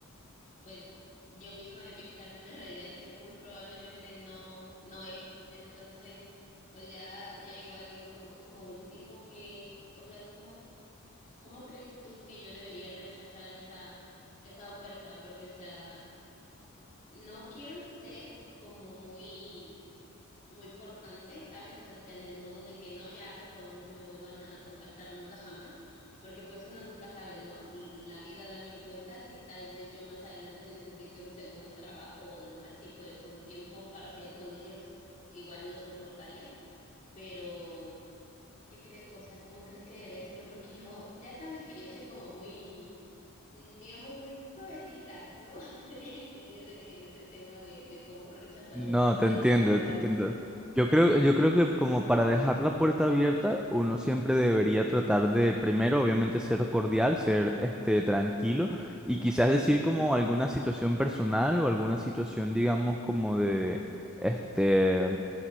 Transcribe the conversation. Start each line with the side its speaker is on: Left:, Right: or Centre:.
Left: pues yo misma de pintarme una realidad que muy probablemente no, no es. Entonces, pues ya, ya igual digo como, como último que, o sea, ¿cómo, cómo crees tú que yo debería rechazar esa, esa oferta? Porque, o sea, no quiero ser como muy, muy cortante, ¿sabes? O sea, en el modo de que no, ya, por favor, no me vuelvan a contactar nunca jamás, porque pues uno nunca sabe, ¿no? La vida da mil vueltas y tal vez yo más adelante necesite un segundo trabajo o demás y pues un tiempo parcial con ellos igual lo soportaría, pero ¿Qué crees, o sea, cómo crees que debería hacerlo? Porque yo, <laughs> ya sabes que yo soy como muy, mm, digamos, muy suavecita, ¿no? <laughs> En ese, en ese tema de, de cómo rechazar
Centre: No,
Left: ofertas
Centre: te entiendo,
Left: laborales.
Centre: te entiendo. Yo creo, yo creo que como para dejar la puerta abierta, uno siempre debería tratar de, primero, obviamente, ser cordial, ser este tranquilo, y quizás decir como alguna situación personal o alguna situación, digamos, como de este